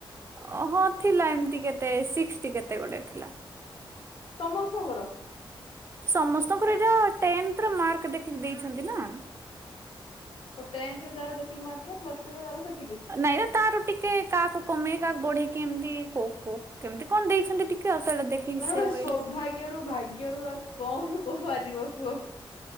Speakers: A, on the right; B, on the left.
A: ହଁ ଥିଲା ଏମିତି କେ ତେ ସିକ୍ସଟି କେତେ ଗୁଡ଼ିଏ ଥିଲା।
B: ସମସ୍ତଙ୍କର?
A: ସମସ୍ତଙ୍କର ଏଟା ଟେନଥର ମାର୍କ ଦେଖି ଦେଇଛନ୍ତି ନା।
B: ଓ ଟେନ୍ଥରେ ଯାର ଯେତିକି ମାର୍କ ଥିଲା ପ୍ଲସ ଟୁରେ ତାର ସେ
A: ନାଇଁ ନା ତାର ଟିକେ କାହାକୁ କମେଇ କାହାକୁ ବଢେଇକି ଏମିତି କୋ କୋ କେମିତି କଣ ଦେଇଛନ୍ତି ଟିକେ। ଆଉ ସେଇଟା ଦେଖିକି
B: ମାନେ
A: ସେ
B: ଗୋଟେ
A: ୱେରେ
B: ସୌଭାଗ୍ୟରୁ ଭାଗ୍ୟରୁ ଆଉ କଣ କୁହାଯିବ କୁହ।